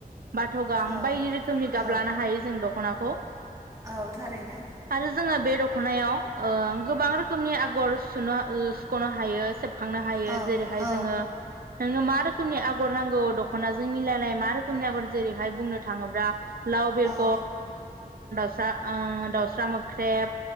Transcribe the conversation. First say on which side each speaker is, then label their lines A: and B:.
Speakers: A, on the right (about 70°); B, on the right (about 20°).
A: बाथगां
B: औ
A: बायदि रोखोमनि
B: औ
A: गाब लानो हायो जो जों दखनाखौ
B: औ थारैनो
A: आरो जोङो बे दखनायाव ओ गोबां रोखोम रोखोमनि आगर सुनो ओ सुखनो हायो सेब खांनो हायो
B: औ
A: जेरैहाय
B: औ
A: जोङो नोंनो मा रोखो रोखोमनि आगर नांगौ दखनाजों मिलायनाय मा रोखोमनि आगर जेरैहाय बुंनो थाङोब्ला लाव बेग‌
B: औ
A: सा ओ दाउस्रा मोख्रेब